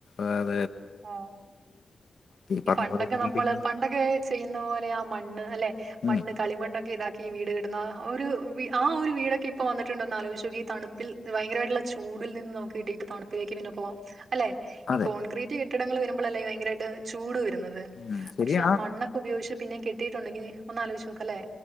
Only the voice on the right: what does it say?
ആഹ് ഈ
പണ്ടൊക്കെ
നമ്മള് പണ്ടൊക്കെ ചെയ്യുന്ന പോലെ ആ മണ്ണ് അല്ലെ മണ്ണ്
കളിമണ്ണൊക്കെ ഇതാക്ക വീട് കേട്ടുന്ന ഒരു ആഹ് ഒരു വീടൊക്കെ ഇപ്പൊ വന്നിട്ടുണ്ടോന്ന് ആലോചിച്ചു നോക്കിയേ ഈ തണുപ്പിൽ ഭയങ്കരമായിട്ടുള്ള ചൂ ചുടിൽ നിന്നും നമ്മുക്ക് തണുപ്പിലേക്ക് തന്നെ പോവാ അല്ലെ
കോൺക്രിറ്റ് കെട്ടിടങ്ങൾ വരുമ്പോ അല്ലേ ഭയങ്കര ആയിട്ട് ചൂട് വരുന്നത്
പക്ഷേ ആ മണ്ണക്കോ ഉപയോഗിച്ച് പിന്നെ കെട്ടിട്ടുണ്ടങ്കി ഒന്ന് ആലോചിച്ച് നോക്കല്ലേ